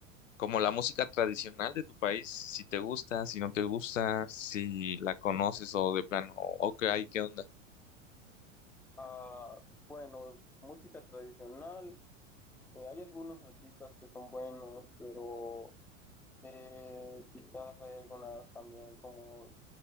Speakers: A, on the left; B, in the centre.
A: como la música tradicional de tu país, si te gusta, si no te gusta, si la conoces o de plano, ok, ay, ¿qué onda?
B: Ah, bueno, música tradicional, eh, hay algunos artistas que son buenos, pero eh, quizás hay algunas también como,